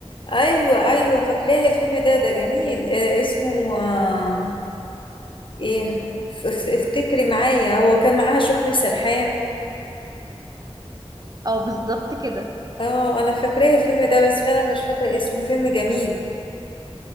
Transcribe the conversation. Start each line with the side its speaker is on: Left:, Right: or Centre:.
Left: ايوه ايوه فاكراه الفيلم ده ده جميل آه اسمه آه ايه ف- ف- افتكري معايا هو كان معاها شكري سرحان
Right: اه بالظبط كده
Left: اه انا فاكراه الفيلم ده بس فعلا مش فاكرة اسمه فيلم جميل